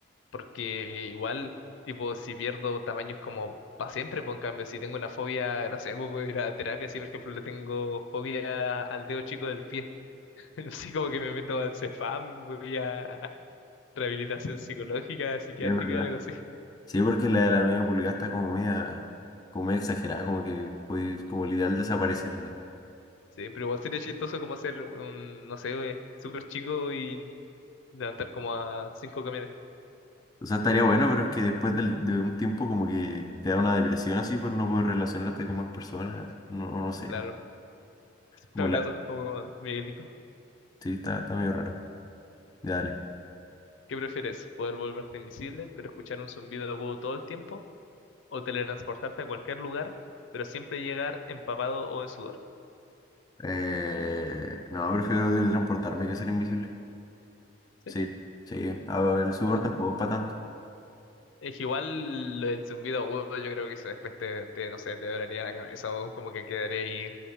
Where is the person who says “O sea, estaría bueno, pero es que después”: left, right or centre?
Left